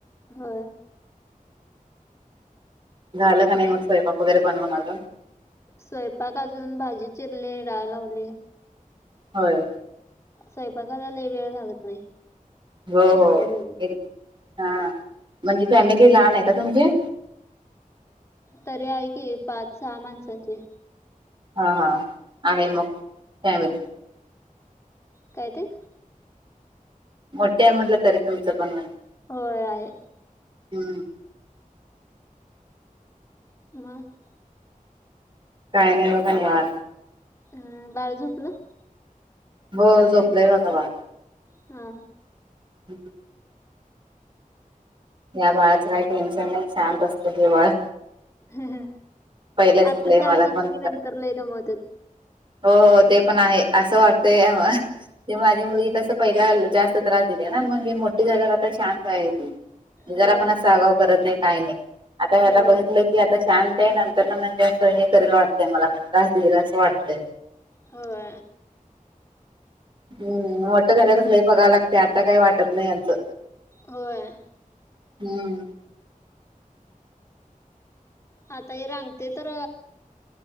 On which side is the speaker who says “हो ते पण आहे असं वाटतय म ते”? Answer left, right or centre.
Right